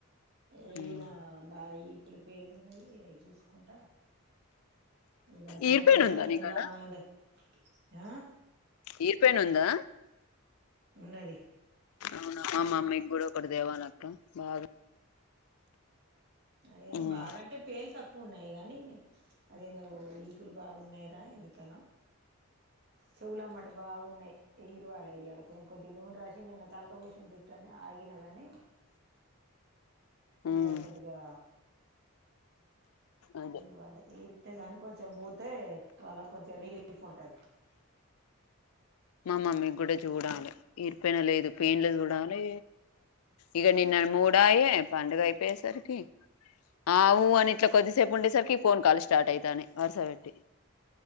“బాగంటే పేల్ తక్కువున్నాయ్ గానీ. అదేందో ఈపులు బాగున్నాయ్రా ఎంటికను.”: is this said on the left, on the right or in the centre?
Right